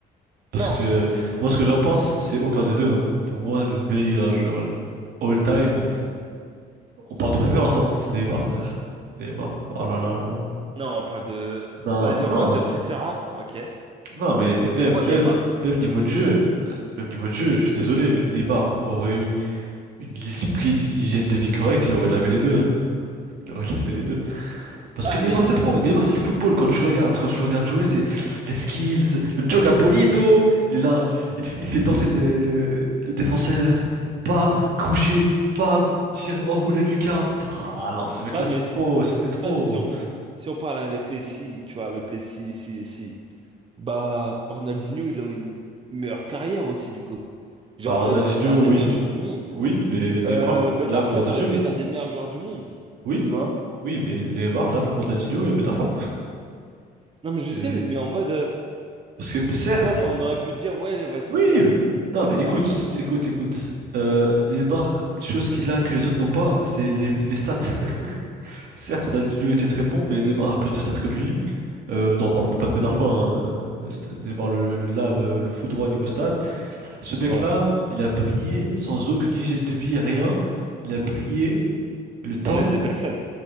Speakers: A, on the right; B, on the right.
A: Parce
B: Non.
A: que moi, ce que j'en pense, c'est aucun des deux. hein. Pour moi, le meilleur joueur all-time, on parle de préférence, hein. C'est Neymar, frère. Neymar. Oh là là là là.
B: Non, on parle de...
A: Non,
B: Vas-y, on
A: non.
B: parle de préférence, ok.
A: Non, mais
B: Mais pourquoi
A: même,
B: Neymar?
A: même, même niveau de jeu, euh, même niveau de jeu, je suis désolé, mais Neymar aurait eu une discipline, une hygiène de vie correcte, il aurait lavé les deux, hein. Il aurait <laughs> lavé les deux. Parce
B: Ah,
A: que
B: mais...
A: Neymar, c'est trop. Neymar, c'est le football. Quand tu regardes, quand tu le regardes jouer, c'est les skills, le joga bonito. Il est là, il, te- il fait danser le, le- le défenseur. Bam, crochet, bam, tir, enroulé lucarne. Ah non, ce mec-là,
B: Ouais, mais...
A: c'était
B: c-
A: trop, c'était trop.
B: Ça, si on... Si on parle avec les si, tu vois, avec les si, si, si... Bah, Ronaldinho, il aurait une meilleure carrière aussi, du coup. Genre,
A: Bah, Ronaldinho,
B: il aurait été un des
A: oui,
B: meilleurs joueurs du monde.
A: oui, mais Neymar,
B: Euh, Ben
A: là,
B: Arfa,
A: Ronaldinho.
B: ça aurait pu être un des meilleurs joueurs du monde.
A: Oui,
B: Tu vois?
A: oui, mais Neymar lave le Ronaldinho et Ben Arfa.
B: Non, mais je
A: C'est-
B: sais, mais en mode... euh,
A: Parce que certes,
B: tu vois, ça, on aurait pu dire, ouais, vas-y,
A: oui,
B: c'est un... peut-être
A: non,
B: les
A: mais
B: meilleurs
A: écoute,
B: joueurs du monde.
A: écoute, écoute. Euh, Neymar, chose qu'il a que les autres n'ont pas, c'est les, les stats. <laughs> Certes, Ronaldinho était très bon, mais Neymar a plus de stats que lui. Euh, nous n'en parlons même pas de Ben Arfa. hein. Euh, c'était- Neymar le, le lave, euh, le foudroie niveau stats. Ce mec-là,
B: Ouais,
A: il a brillé sans aucune hygiène de vie, rien. Il a brillé le temps
B: sans l'aide de personne.